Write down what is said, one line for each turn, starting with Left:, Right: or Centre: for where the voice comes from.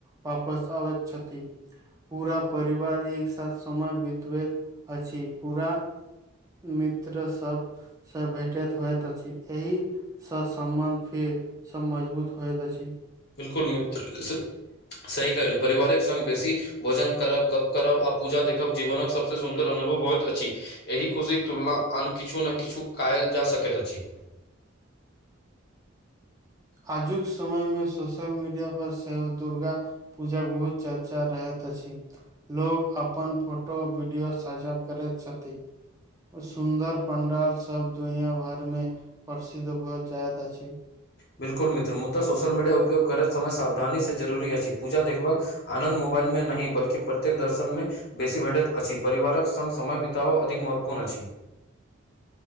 Right: वापस अबैत छथिन। पुरा परिवार एक साथ समय बितबैत अछि। पुरा मित्र सब से भेटैत होइत अछि। एहि स सम्बन्ध फेर स मजबूत होइत अछि।
Left: बिलकुल मित्र, स सही कहलु परिवारक संग बेसी भोजन करब, गप्प करब आ पूजा देखब जीवनक सबसे सुन्दर अनुभव होइत अछि। एहि खुशीक तुलना आन किछु ने किछु कायल जा सकैत अछि।
Right: आजुक समयमे सोशल मीडिया पर सेहो दुर्गा पुजाक बहुत चर्चा रहैत अछि। लोग अपन फोटो वीडियो साझा करैत छथिन। सुन्दर पंडाल सब दुनिया भर मे प्रसिद्ध भऽ जाइत अछि।
Left: बिल्कुल मित्र, मुदा सोशल मीडिया उपयोग करैत समय सावधानी सँ जरूरी अछि पूजा देखबाक आनन्द मोबाइल मे नै बल्कि प्रत्येक दर्शनमे बेसी भेटैत अछि परिवारक संग समय बिताब अधिक महत्वपूर्ण अछि।